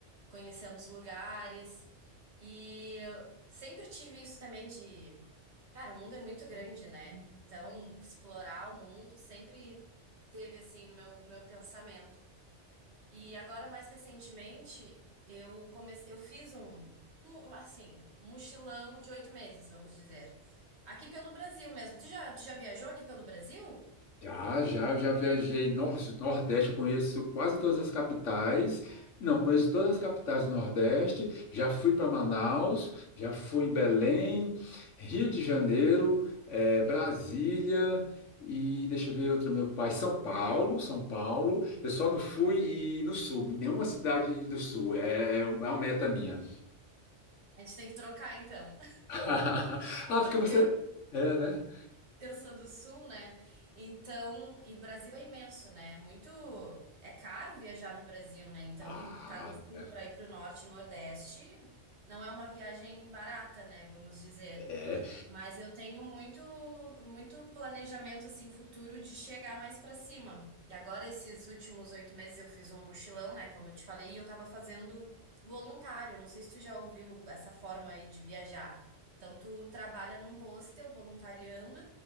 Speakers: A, on the right (about 65°); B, on the left (about 85°).
A: Conhecendo os lugares. E eu sempre tive isso também de, cara, o mundo é muito grande, né? Então, explorar o mundo sempre teve, assim, no meu, no meu pensamento. E agora, mais recentemente, eu comecei, eu fiz um, um, assim, um mochilão de oito meses, vamos dizer. Aqui pelo Brasil mesmo. Tu já, tu já viajou aqui pelo Brasil?
B: Já, já, eu já viajei nor Nordeste, eu conheço quase todas as capitais. Não, conheço todas as capitais do Nordeste. Já fui para Manaus, já fui em Belém, Rio de Janeiro, eh, Brasília e deixa eu ver outra, meu pai, São Paulo, São Paulo. Eu só não fui e no Sul, em nenhuma cidade do Sul. É, é um, é uma meta minha.
A: A gente tem que trocar, então.
B: <laughs> Ah,
A: <laughs> Porque
B: porque você.
A: eu,
B: É, né?
A: Eu sou do sul, né? Então, e Brasil é imenso, né? É Muito é caro viajar no Brasil, né? Então,
B: Ah,
A: tá no sul
B: é.
A: para ir para o norte, nordeste, não é uma viagem barata, né? Vamos dizer.
B: É.
A: Mas eu tenho muito, muito planejamento assim futuro de chegar mais pra cima. E agora, esses últimos oito meses, eu fiz um mochilão, né? Como eu te falei, e eu tava fazendo voluntário. Não sei se tu já ouviu essa forma aí de viajar. Então, tu trabalha num hostel voluntariando